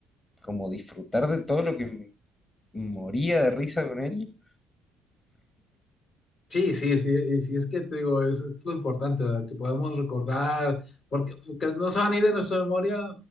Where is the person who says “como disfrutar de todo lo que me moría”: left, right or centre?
Left